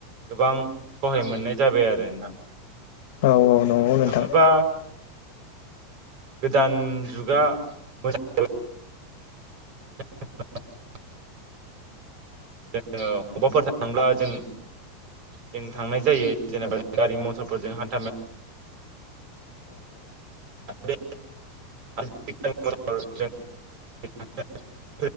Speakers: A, on the right (about 50°); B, on the left (about 65°).
A: गोबां सहाय मोननाय जाबाय आरो नोंथां
B: औ औ
A: बुंनो
B: नंगौ
A: थाङोबा
B: नोंथां
A: गोदान जुगा <unintelligible> <unintelligible> जों अबावबाफोर थांब्ला जों जों थांनाय जायो जेनेबा गारि मथरफोरजों हान <unintelligible> <unintelligible>